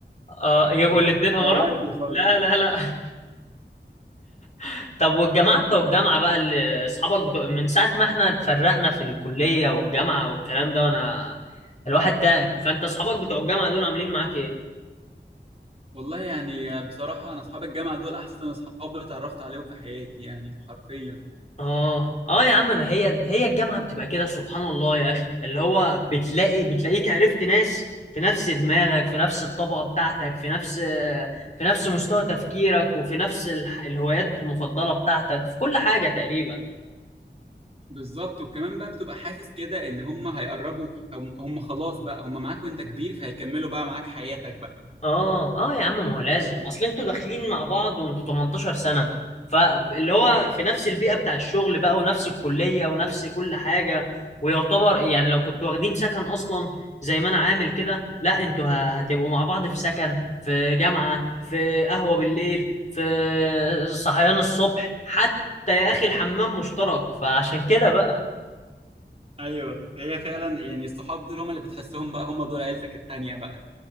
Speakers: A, on the left; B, on the right.
A: اه يبقوا
B: الدنيا
A: الاتنين
B: تبقى
A: امارات
B: وردي خالص
A: لا لا لا <laughs> طب والجماعه بتوع الجامعه بقى اللي اصحابك بتوع من ساعه ما احنا اتفرقنا في الكليه والجامعه والكلام ده وانا الواحد تعب فانت اصحابك بتوع الجامعه دول عاملين معاك ايه
B: والله يعني بصراحة انا اصحاب الجامعة دول احسن اصحاب اتعرفت عليهم في حياتي يعني حرفيا
A: اه اه يا عم ما هي هي الجامعه بتبقى كده سبحان الله يا اخي اللي هو بتلاقي بتلاقيك عرفت ناس في نفس دماغك في نفس الطبقه بتاعتك في نفس في نفس مستوى تفكيرك وفي نفس الح- الهوايات المفضله بتاعتك في كل حاجه تقريبا
B: بالظبط وكمان بقى بتبقى حاسس كده ان هم هيقربوا هم هم خلاص بقى هم معاك وانت كبير فهيكملوا بقى معاك حياتك بقى
A: اه اه يا عم ما هو لازم اصل انتوا داخلين مع بعض وانتوا 18 سنة فاللي هو في نفس البيئة بتاع الشغل بقى ونفس الكلية ونفس كل حاجة ويعتبر يعني لو كنتوا واخدين سكن اصلا زي ما انا عامل كده لا انتوا ه- هتبقوا مع بعض في سكن في جامعة في قهوة بالليل في صحيان الصبح حتى يا اخي الحمام مشترك فعشان كده بقى
B: ايوه هي فعلا يعني الصحاب دول هم اللي بتحسهم بقى هم دول عيلتك التانية بقى